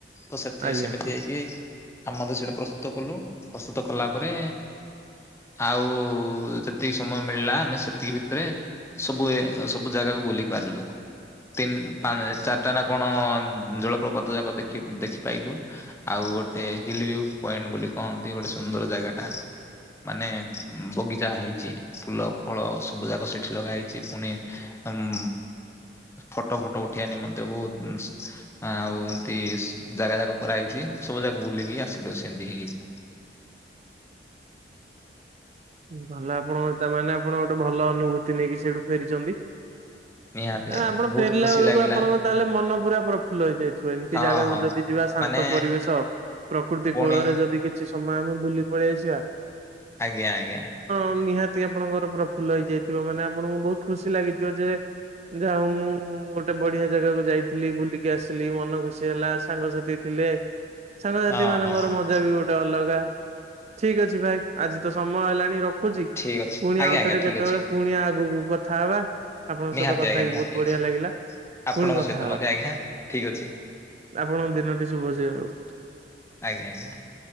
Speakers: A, on the left (about 15°); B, on the right (about 40°).
A: ତ ସେଥିପାଇଁ
B: ଆଜ୍ଞା
A: ସେମିତି କି ଆମେ ମଧ୍ଯ ସେଇଟୁ ପ୍ରସ୍ତୁତ କଲୁ ପ୍ରସ୍ତୁତ କଲା ପରେ ଆଉ ଯେ ତିକି ସମୟ ମିଳିଲା ଆମେ ସେତିକି ଭିତରେ ସବୁ ଏ ସବୁ ଜାଗାକୁ ବୁଲି ପାରିଲୁ। ତିନ୍, ପା, ଚାରିଟା ନା କଣ ଜଳପ୍ରପାତ ଯାକ ଦେଖି ଦେଖିପାଇଲୁ। ଆଉ ଗୋଟେ ହିଲିୟୁ ପଏଣ୍ଟ ବୋଲି କହନ୍ତି ଗୋଟେ ସୁନ୍ଦର ଜାଗା ଟା ମାନେ ବଗିଚା ହେଇ ଚି ଫୁଲ, ଫଳ ସବୁ ଯାକ ସେଠି ଲଗା ହେଇଚି ପୁନି ଉଁ ଫଟୋ ଫଟୋ ଉଠେଇବା ନିମନ୍ତେ ବହୁତ୍ ଉଁ ଆଉ ଏମିତି ଜାଗା ଜାଗ କରାହେଇଚି ସବୁ ଜାଗା ବୁଲିକି ଆସିଲୁ ସେମିତି ହେଇକି
B: ଉଁ ଭଲ ଆପଣ ତା ମାନେ ଆପଣ ଗୋଟେ ଭଲ ଅନୁଭୂତି ନେଇକି ସେଇଠୁ ଫେରିଚନ୍ତି
A: ନିହାତି
B: ନା
A: ଆଜ୍ଞା
B: ଆପଣ
A: ବହୁତ
B: ଫେରିଲା
A: ଖୁସି
B: ବେଳକୁ
A: ଲାଗିଲା
B: ଆପଣଙ୍କ ତାହେଲେ ମନ ପୁରା ପ୍ର - ଫୁଲ ହେଇଯାଇଥିବ ଏମିତି
A: ହଁ
B: ଜାଗାକୁ
A: ହଁ
B: ଯଦି ଯିବା ଶାନ୍ତ
A: ମାନେ
B: ପରିବେଶ ପ୍ରକୃତି
A: ପୁଣି
B: କୋଳରେ ଯଦି କି ଛି ସମୟ ଆମେ ବୁଲି ପଳେଇ ଆସିବା
A: ଆଜ୍ଞା ଆଜ୍ଞା।
B: ଆପଣଙ୍କୁ ନିହାତି ଆପଣଙ୍କର ପ୍ରଫୁଲ୍ଲ ହେଇଯାଇଥିବ ମାନେ ଆପଣଙ୍କୁ ବହୁତ ଖୁସି ଲାଗିଥିବ ଯେ ଯାହାହୋଉ ମୁଁ ଗୋଟେ ବଢିଆ ଜାଗାକୁ ଯାଇଥିଲି ବୁଲିକି ଆସିଲି ମନ ଖୁସି ହେଲା ସାଙ୍ଗସାଥି ଥିଲେ ଁ ସାଙ୍ଗସାଥି
A: ହଁ
B: ମାନଙ୍କର
A: ହଁ ହଁ
B: ମଜା ବି ଗୋଟେ ଅଲଗା ଠିକ୍ ଅଛି ଭାଇ ଆଜି ତ ସମୟ ହେଲାଣି ର ଖୁଚି
A: ଠିକ୍ ଅଛି
B: ପୁଣି
A: ଆଜ୍ଞା
B: ଆଉଥରେ
A: ଆଜ୍ଞା ଠିକ୍
B: କେତବେଳେ
A: ଅଛି।
B: ପୁଣି ଆଗକୁ କଥା ହେବା ଆପଣଙ୍କ ସହିତ
A: ନିହାତି
B: କଥା
A: ଆଜ୍ଞା
B: ହେଇ
A: ନିହାତି
B: ବହୁତ ବଢିଆ
A: ଆଜ୍ଞା
B: ଲାଗିଲା
A: ଆପଣଙ୍କ
B: ପୁଣି କଥା
A: ସହିତ
B: ହେବା।
A: ମଧ୍ୟ ଆଜ୍ଞା ଠିକ୍ ଅଛି
B: ଆପଣଙ୍କ ଦିନଟି ଶୁଭ ସି ହେଉ।
A: ଆଜ୍ଞା ଆଜ୍ଞା।